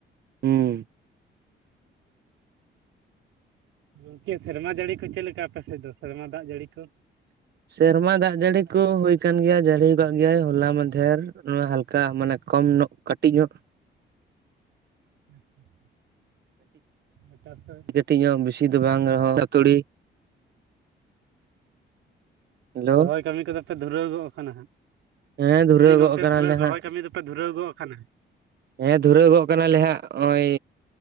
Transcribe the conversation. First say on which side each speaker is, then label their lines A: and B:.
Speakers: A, on the right; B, on the right.
A: ᱦᱩᱸ ᱦᱩᱸ
B: ᱜᱚᱝᱠᱮ ᱥᱮᱨᱢᱟ ᱡᱟᱹᱲᱤ ᱠᱚ ᱪᱮᱫ ᱞᱮᱠᱟ ᱟᱯᱮ ᱥᱮᱫ ᱫᱚ ᱥᱮᱨᱢᱟ ᱫᱟᱜᱽ ᱡᱟᱹᱲᱤ ᱠᱚ?
A: ᱥᱮᱨᱢᱟ ᱫᱟᱜᱽ ᱡᱟᱹᱲᱤ ᱠᱚ ᱦᱩᱭ ᱟᱠᱟᱱ ᱜᱮᱭᱟ ᱡᱟᱹᱲᱤ ᱠᱟᱜ ᱜᱮᱭᱟᱭ ᱦᱚᱞᱟ ᱢᱟᱫᱷᱮᱨ᱾ ᱟᱫ ᱦᱟᱞᱠᱟ ᱢᱟᱱᱮ ᱠᱚᱢ ᱧᱚᱜ ᱠᱟᱹᱴᱤᱜ ᱧᱚᱜ᱾
B: <inaudible> ᱮᱴᱟ ᱛᱚᱨ
A: ᱠᱟᱹᱴᱤᱜ ᱧᱚᱜ ᱵᱤᱥᱤ ᱫᱚ ᱵᱟᱝ ᱨᱮᱦᱚᱸ ᱦᱟᱹᱛᱩᱲᱤ, ᱦᱮᱞᱳ
B: ᱨᱚᱦᱚᱭ ᱠᱟᱹᱢᱤ ᱠᱚᱫᱚ ᱯᱮ ᱫᱷᱩᱨᱟᱹᱣ ᱜᱚᱜ ᱠᱟᱱᱟ ᱦᱟᱸᱜ,
A: ᱦᱮᱸ ᱫᱷᱩᱨᱟᱹᱣ
B: ᱢᱮᱱᱫᱟᱧ ᱜᱚᱝᱠᱮ
A: ᱜᱚᱜ ᱠᱟᱱᱟᱞᱮ
B: ᱛᱟᱦᱚᱞᱮ
A: ᱦᱟᱸᱜ
B: ᱨᱚᱦᱚᱭ ᱠᱟᱹᱢᱤ ᱫᱚᱯᱮ ᱫᱷᱩᱨᱟᱹᱣ ᱜᱚᱫ ᱠᱟᱱᱟ?
A: ᱦᱮᱸ ᱫᱷᱩᱨᱟᱹᱣ ᱜᱚᱜ ᱠᱟᱱᱟᱞᱮ ᱦᱟᱸᱜ᱾ ᱱᱚᱜᱚᱭ